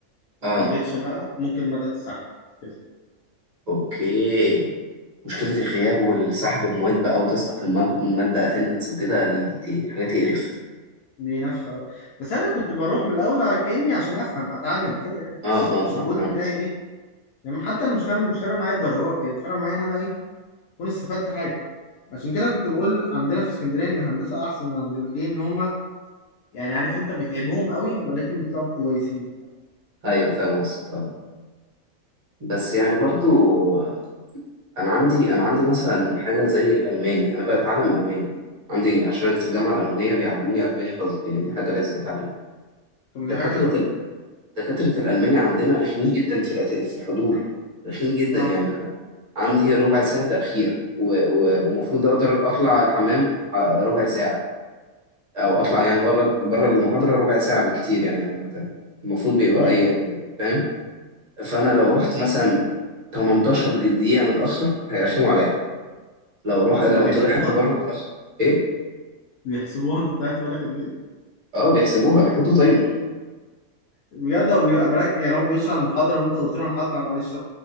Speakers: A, on the right (about 35°); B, on the left (about 80°).
A: أه
B: ما جيتش بقى ممكن مدى تسحب كده
A: أوكي مشكلة الغياب والسحب المواد بقى وتسقط الماد- المادة اتندنس وكده دي دي دي حاجة تقرف
B: دي نفخة بقى. بس أنا كنت بروح من الأول على كأني عشان أفهم أتعلم كده يعني
A: اه
B: مش
A: اه
B: مش الجول
A: اه فاهم
B: بتاعي
A: قصدك
B: إيه؟ يعني حتى انا مش فاهم مش فارقه معايا الدرجات هي الفرق معايا ان انا ايه اكون استفدت حاجه عشان كده كنت بقول عندنا في اسكندريه ان الهندسه احسن من عندنا ليه ان هم يعني عارف انت بيتعبهم قوي ولكن بيطلعوا كويسين
A: ايوه فاهم قصدك اه بس يعني برضو آه، انا عندي انا عندي مثلا حاجة زي الالماني انا بتعلم الماني عندي عشان أنا في الجامعة الألمانية بيعلموني ألماني غصب يعني دي حاجة لازم أتعلمها
B: طب
A: دكاترة
B: ما دي حاجه حلوه اصلا
A: ال... دكاترة الألماني عندنا رخمين جدا في الأت- في الحضور رخمين جدا
B: اه
A: يعني أنا عندي ربع ساعة تأخير و- و- ومفروض أقدر أطلع الحمام ع- ربع ساعة او اطلع يعني بره بره المحاضره ربع ساعه بالكتير يعني عامه المفروض بيبقى
B: امم
A: اي يعني فاهم فانا
B: طب
A: لو رحت مثلا 18 دقيقه متاخر هيرخموا عليا لو روح لو
B: هما بيحسبوها
A: طلعت بره اتاخر ايه
B: بيحسبوها <laughs> انت طلعت بالك قد ايه
A: اه بيحسبوها بيحطوا تايمر
B: بجد هو بيبقى براك يعني هو بيشرح المحاضره وانت قلت له انا هطلع معلش